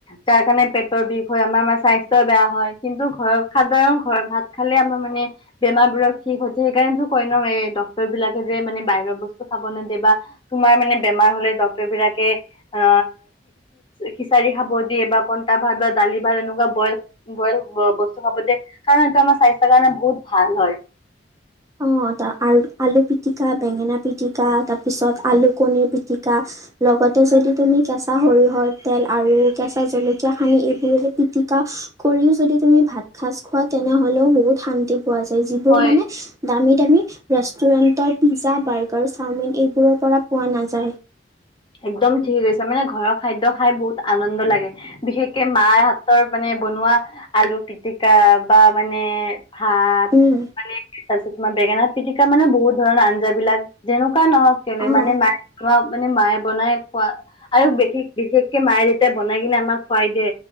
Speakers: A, on the left; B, on the right.
A: তাৰ কাৰণে পেটৰ বিষ হয় আমাৰ আমাৰ স্বাস্থ্য বেয়া হয় কিন্তু ঘৰত খাদ্য সাধাৰণ ঘৰত ভাত খালে আমি। মই মানে বেমাৰ বোৰত। ঠিক হৈছে সেইকাৰণে নো কয় ন এই ডক্তৰ বিলাকে যে মানে বাহিৰৰ বস্তু খাব নদে বা তোমাৰ মানে বেমাৰ। বেমাৰ হ'লে ডক্টৰ বিলাকে আ খিচাৰি খাব দিয়ে বা পইতা ভাট দালি। বা তেনেকুৱা বইল বইল বস্তু খাব দিয়ে। কাৰণ সেইটো আমাৰ স্বাস্থ্যৰ কাৰণে বহুত ভাল হয়।
B: অহ। আলু পিটিকা, বেঙেনা পিটিকা তাৰ পিছত আৰু খনিৰ পিটিকা লগতে লগতে যদি তুমি কেঁচা সৰিয়হৰ তেল আৰু কেঁচা জলকীয়া সানি এইবোৰে পিটিকা উপৰিও যদি তুমি ভাত সাজ খোৱা তেনেহলেও বহুত শান্তি পোৱা যায়। যিবোৰ
A: হয়
B: মানে। দামী দামী ৰেষ্টুৰেণ্টৰ পিজ্জা, বাৰ্গাৰ, চাওমিন এইবোৰৰ পৰা পোৱা নাযায়।
A: একদম ঠিকে কৈছো মানে ঘৰৰ খাদ্য খাই বহুত আনন্দ লাগে বিশেষকে মাৰ হাতৰ মানে। বনোৱা আলু পিটিকা বা মানে ভাত
B: উম,
A: মানে তাৰপিছত তোমাৰ বেঙেনা পিটিকা মানে বহুত ধৰণৰ আঞ্জা বিলাক যেনেক নহওক কেলে
B: অ',
A: মানে মে মানে মায়ে বনাই খোৱা আৰু বিশেষ বিশেষকে মায়ে যেতিয়া তাই বনাই কিনে আমাক খুৱাই দিয়ে।